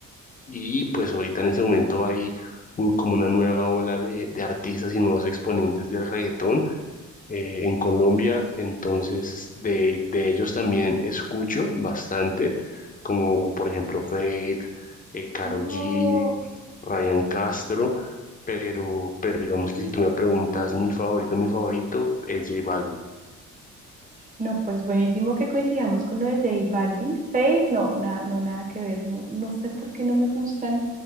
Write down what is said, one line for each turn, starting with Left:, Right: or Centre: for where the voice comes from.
Left: y pues ahorita en ese momento hay un- como una nueva ola de, de artistas y nuevos exponentes del reggaetón eh, en Colombia, entonces de, de ellos también escucho bastante, como por ejemplo Fate, eh, Karol
Right: No.
Left: G, Ryan Castro, pero, pero digamos que si tú me preguntas mi favorito, mi favorito es J Balvin.
Right: No, pues buenísimo que coincidamos con lo de J Balvin. Fate, no, nada, no, nada que ver. No, no sé por qué no me gustan.